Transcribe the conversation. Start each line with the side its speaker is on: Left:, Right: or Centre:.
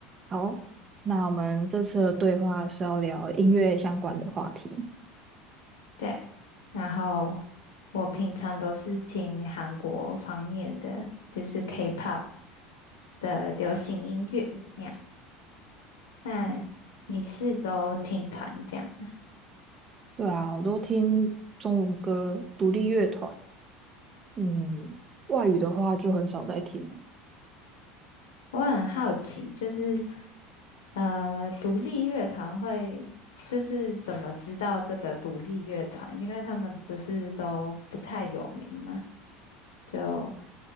Right: 好，那我们这次的对话是要聊音乐相关的话题。
Left: 对，然后我平常都是听韩国方面的，就是 K-pop 的流行音乐那样。那你是都听团这样的？
Right: 嗯，对啊，我都听中文歌、独立乐团，嗯，外语的话就很少在听了。
Left: 我很好奇，就是呃，独立乐团会就是怎么知道这个独立乐团？因为他们不是都不太有名嘛，就